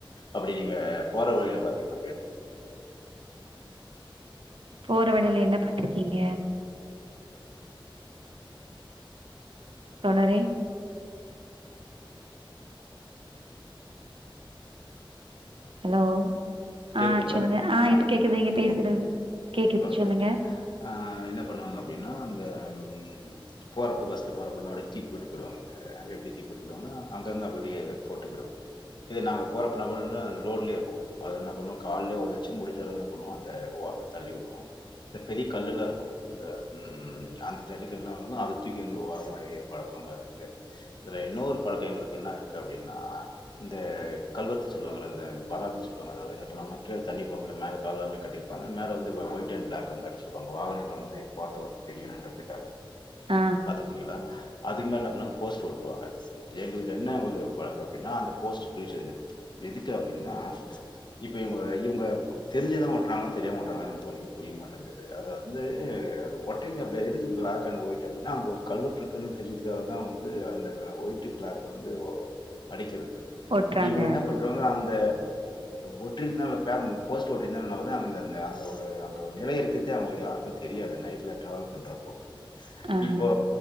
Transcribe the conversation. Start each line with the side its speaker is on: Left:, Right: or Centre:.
Left: அப்டி நீங்க போற வழில பாத்தீங்க அப்டின்
Right: போற வழில என்ன பாத்திருக்கீங்க தோழரே ஹலோ
Left: கேக்குதுங்களா
Right: ஆஹ் சொல்லுங்க ஆஹ் இப்ப
Left: ஆ
Right: கேக்குது நீங்க பேசுறது கேக்குது
Left: ஓகே
Right: சொல்லுங்க
Left: ஓகே ஆஹ் என்ன பண்ணுவாங்க அப்டினா இந்த ம் போறப்ப பஸ்ல போறப்ப என்ன அப்டியே தூக்கி போட்டு போயிடுவாங்க எப்டி தூக்கி போட்டு போய்டுவாங்கா அங்கங்க அப்டி அப்டியே போட்டு போய்டுவாங்க இது நாங்க போறப்ப நாங்க போய் நின்ன அந்த ரோட்லே இருக்கு அத என்ன பண்ணுவோ கால்லே ஒதச்சு முடிஞ்சளவு என்ன பண்ணுவோ அந்த ஓர தள்ளிவுடுவோ இந்த பெரிய கல்லுலா இருக்கு இந்த உம் அந்த ஜல்லிக்கல்லா இருக்கு அத தூக்கி வந்து ஓரமா ஏரிய்ற பழக்கலா இருக்குது இதுல இன்னோரு பழக்க எங்களுக்கு என்ன இருக்கு அப்டின்னா இந்த கல்வத்த சொல்லுவாங்கள இந்த பராபி சொல்லுவாங்க அதாவ்து என்ன பண்ணுவாங்கனா கீழ தண்ணி போகுல மேல கால்வா மாரி கட்டிருப்பாங்க மேல வந் து ஓயிட் அன் பிளாக் வந்து அடிச்சிருப்பாங்க வாகனங்கள் வந்து பார்த்தவோ தெரியணுன்றத்துக்காக
Right: ஆ
Left: பாத்ருக்கீங்களா அதுக்கு மேல என்ன பண்ணுவாங்க போஸ்ட்ரு ஓட்ருவாங்க எங்களுக்கு என்ன ஒரு பழக்க அப்டினா அந்த போஸ்ட்ரு கிழிச்சேரிஞ்சிருவோ எதுக்கு அப்டின்னா இப்போ இவ்ங்க இவ்ங்க தெரிஞ்சுதா ஒட்றாங்களா தெரியாம ஒட்றாங்களா எனக்கு ஒன்னுமே புரிய மாட்டேங்குது அத வந்து அது ஒட்டைங்க அப்டியா எதுக்கு பிளாக் அன் ஒயிட் அப்டினா அங்க ஒரு கல்வெட்டுருக்குனு தெரிஞ்சுக்காக தா வந்து அந்த ஒயிட்டு பிளாக் வந்து ஓ அடிக்கிறது
Right: ஒட்றாங்க
Left: இவ்ங்க என்ன பண்றுவாங்க அந்த ஒற்றிட்தா இப்ப யாரு நம்மளுக்கு போஸ்ட்ரு ஒட்டிருந்தா என்னாவ்றது அந்த அந்த ஒரு அங்க ஒரு நிலை இருக்கதே அவ்ங்களுக்கு யாருக்கு தெரியாது நைட்ல ட்ராவல் பண்றப்போ
Right: ஆஹா
Left: இப்போ